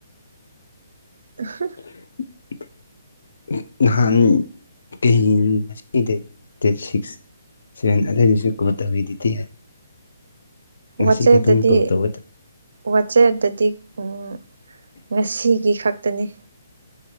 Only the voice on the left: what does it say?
<unintelligible> ꯅꯍꯥꯟ <unintelligible> ꯗꯦꯠ ꯁꯤꯛꯁ ꯁꯦꯟ ꯑꯗꯩꯗꯨꯁꯨ ꯀꯣꯜ ꯇꯧꯔꯤꯗꯨꯗꯤ ꯉꯁꯤ
ꯈꯇꯪ ꯀꯣꯜ ꯇꯧꯕꯗ